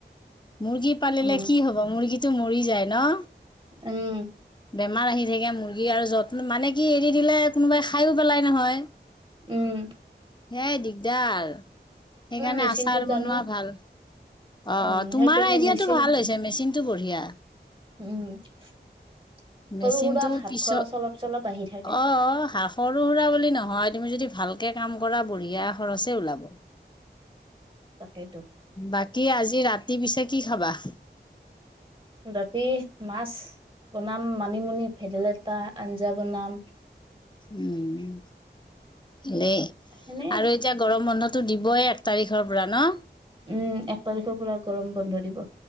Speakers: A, on the left; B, on the right.
A: মুৰ্গী পালিলে
B: উম
A: কি হ'ব? মুৰ্গীটো মৰি যায় ন?
B: উম।
A: বেমাৰ আহি থাকে মুৰ্গী আৰু যত্ন মানে কি এৰি দিলে কোনোবাই খায়ো পেলাই নহয়।
B: উম।
A: সেইয়াই দিগদাৰ, সেইকাৰণে
B: মেচিনটো
A: আচাৰ
B: জানো
A: বনোৱা ভাল। অঁ,
B: উম
A: অঁ তোমাৰ
B: সেইকাৰণে
A: আইদিয়াটো
B: মেচিন
A: ভাল হৈছে মেচিনটো বঢ়িয়া।
B: উম, সৰু-
A: মেচিনটো
B: সুৰা হাত
A: পিছত
B: খৰচ অলপ -চলপ আহি থাকে।
A: অ সৰু -সুৰা বুলি নহয়, তুমি যদি ভালকৈ কাম কৰা বঢ়িয়া খৰচেই ওলাব।
B: তাকেইতো
A: বাকী, আজি ৰাতি পিছে কি খাবা?
B: ৰাতি মাছ বনাম, মানিমুনি, ভেদাইলতা আঞ্জা বনাম।
A: উম, এনেই
B: সেনে
A: আৰু- এতিয়া গৰম বন্ধটো দিবই এক তাৰিখৰ পৰা ন।
B: উম, এক তাৰিখৰ পৰা গৰম বন্ধ দিব।